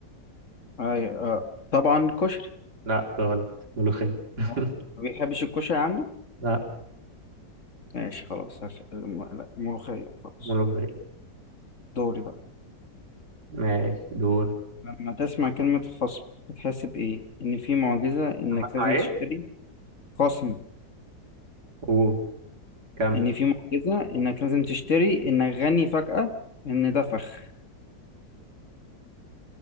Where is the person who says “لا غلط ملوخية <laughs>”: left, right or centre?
Right